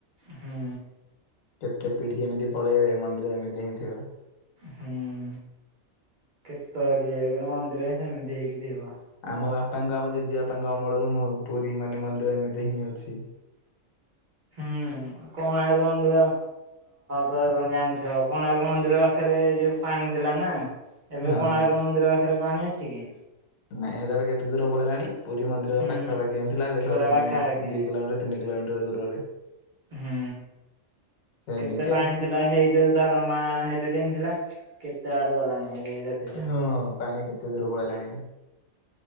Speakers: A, on the right; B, on the left.
A: ହୁଁ।
B: କେତେ ପିଢି ଏମିତି ପଳେଇବେ, ମନ୍ଦିର ଏମିତି ହିଁ ଥିବ।
A: ହୁଁ କେତେ <inaudible> କ ମନ୍ଦିର ସେମିତି ହେଇକି ଥିବ।
B: ମୋ ବାପାଙ୍କ ଆମ ଜେଜେ ବାପାଙ୍କ ଅମଳରୁ ମୁଁ ପୁରୀ ମାନେ ମନ୍ଦିର ଏମିତି ହିଁ ଅଛି।
A: ହୁଁ କୋଣାର୍କ ମନ୍ଦିର କ ଜାଣିଥିବ, କୋଣାର୍କ ମନ୍ଦିର ପାଖରେ ଯୋଉ ପାଣି ଥିଲା ନା। ଏବେ
B: ହଁ
A: କୋଣାର୍କ
B: ହଁ
A: ମନ୍ଦିର ପାଖରେ ପାଣି ଅଛି କି?
B: ନାଇଁ ସେଟା ବି କେତେ ଦୂର ପଳେଇଲାଣି ପୁରୀ ମନ୍ଦିର
A: ହୁଁ
B: ପାଖାପାଖି ଏମି ଥିଲା ଦେଖିଲ
A: ପୁରା
B: ତିନି
A: ପାଖାପାଖି
B: ଦି କିଲୋମିଟର ତିନି କିଲୋମିଟ ଦୂରରେ।
A: ହୁଁ
B: ସେମିତି
A: କେତେ ପାଣି
B: ଆଉ
A: ଥିଲା ହେଇଠଉ ଧରମା ଡଁ ଥିଲା କେତେ ବାଡେ ଗଲାଣି। ହେରି ଦେଖୁଛ
B: ହଁ ପାଣି କେତେ ଦୂର ପଳେଇଲାଣି।